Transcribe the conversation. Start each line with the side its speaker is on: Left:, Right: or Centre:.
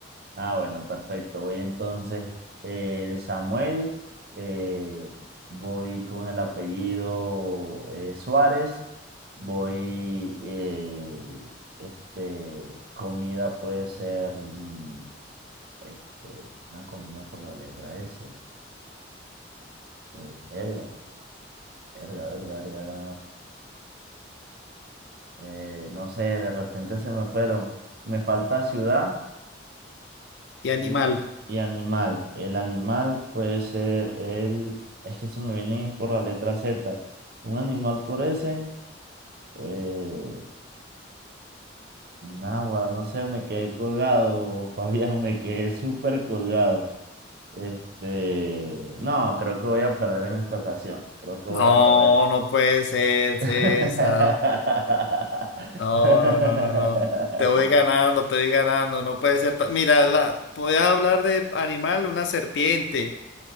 Right: Ah, bueno, perfecto. Voy entonces, eh, Samuel, eh, voy con el apellido eh, Suárez, voy, eh, este, comida puede ser, mm, este, una comida por la letra S. Eh, verga, verga, verga, verga, verga. eh, no sé, de repente se me fueron. Me falta ciudad
Left: y animal.
Right: Y, y animal. El animal puede ser el... Es que se me vienen es por la letra Z. Un animal por ese. Eh, náguara, no sé, me quedé colgado, <laughs> Fabián, me quedé súper colgado. Este, no, creo que voy a perder en esta ocasión. Creo que
Left: No,
Right: voy a perder.
Left: no puede ser, César.
Right: <laughs>
Left: No, no, no, no, no. Te voy ganando, te voy ganando. No puede ser. ta- Mira, la, podías hablar de animal, una serpiente.